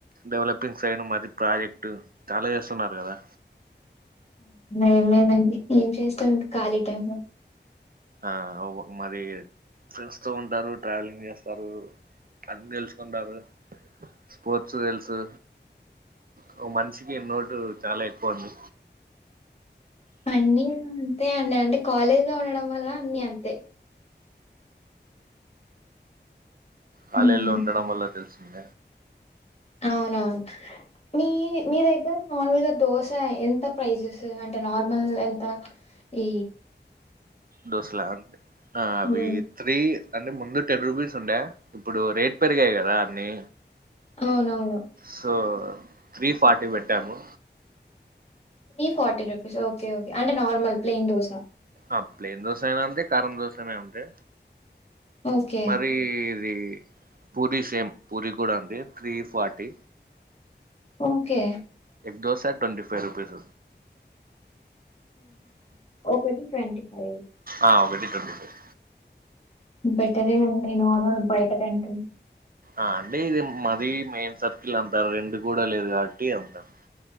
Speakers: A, on the right; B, on the left.
A: డెవలపింగ్ సైడ్ మరి ప్రాజెక్ట్ చాలా చేస్తున్నారు కదా
B: ఏం లేదండి ఏం చేస్తాం ఇంకా ఖాళీ టైమ్ లో
A: ఆ మరి ఫ్రెండ్స్ తో ఉంటారు ట్రావెలింగ్ చేస్తారు అది తెలుసుకుంటారు స్పోర్ట్స్ తెలుసు ఒక మనిషికి నోటు చాలా ఎక్కువ అండి
B: అన్నీ అంతే అండి అండి కాలేజ్లో ఉండడం వల్ల అన్ని అంతే
A: కాలేజ్
B: హ్మ్.
A: లో ఉండడం వల్ల తెలిసింద
B: అవునవును మీ మీ దగ్గర నార్మల్గా దోశ ఎంత ప్రైజెస్ అంటే నార్మల్ ఎంత ఇ
A: దొసలా అండి ఆ అవి
B: హ్మ్.
A: త్రీ అంటే ముందు టెన్ రూపీస్ ఉండే ఇప్పుడు రేట్ పెరిగాయి కదా అన్ని
B: అవునవును.
A: సో త్రీ ఫ టీ పెట్టాము
B: ఫార్టీ రూపీస్ ఓకే ఓకే అంటే నార్మల్ ప్లెయిన్ దోస
A: ఆ ప్లెయిన్ దోసనా అంతే కారం దోశన అంతే
B: ఓకే
A: మరి ఇది పూరి సేమ్ పూరి కూడా అంతే three forty
B: okay
A: egg dosa twenty five rupees
B: ఒకటి ట్వంటీ ఫైవ్
A: ఆ ఒకటి ట్వంటి ఫైవ్
B: బెటరే అండి నార్మల్ బయటకంటే
A: ఆ అండి ఇది మది మెయిన్ సర్కిల్ అంతారు, రెండు గుడా లేదు కాబట్టి అంతారు.